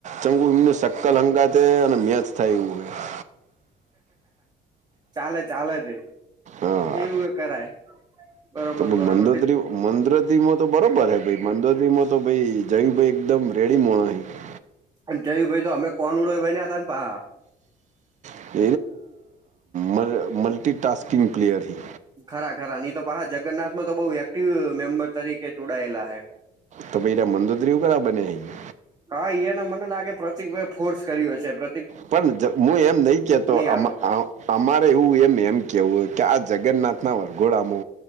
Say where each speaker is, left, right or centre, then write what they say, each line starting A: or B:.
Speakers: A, on the right; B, on the right.
A: <unintelligible> અને મેચ થાય એવું હે.
B: ચાલે-ચાલે તે.
A: હા
B: એવુંઈ કરાય. બરોબર
A: તો ભઈ
B: બરોબર
A: મંદદ્રીવ-મંદદ્રીવમાં તો બરોબર હે ભઈ મંદોદ્રીવમાં તો ભઈ જયુભાઈ એકદમ રેડી <unintelligible>
B: અને જયુંભાઈ તો ઓમેય કનુડો એઈ બન્યાં તાન <unintelligible>
A: <unintelligible> મલ મલ્ટીટાસ્કિંગ પ્લેયર હી.
B: ખરા-ખરા. ની તો પાહ જગન્નાથમાં તો બહુ વ્યક્તિ મેમ્બર તરીકે જોડાયેલા હે.
A: તો પઈ <unintelligible> મંદોદ્રીવ હું કરા બને હે ઈ?
B: હા ઈ એને મને લાગે પ્રતિક ભાઈએ ફોર્સ કર્યો છે. પ્ર
A: પણ જ હું એમ નહીં કહેતો
B: હાલો
A: આમા આ અમારે એવું એમ-એમ કહેવું હે કે આ જગન્નાથ ના વરઘોડામો